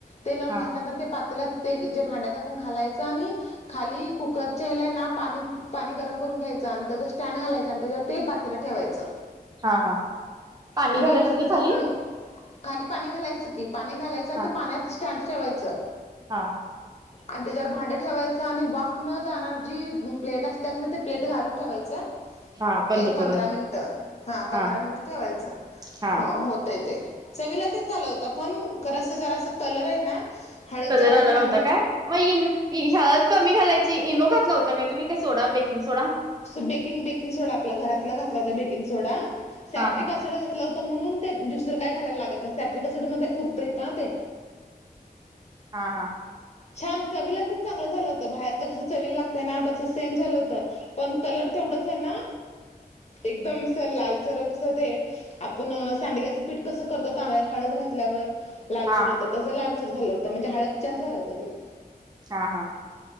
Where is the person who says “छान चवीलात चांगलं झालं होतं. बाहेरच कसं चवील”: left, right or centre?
Left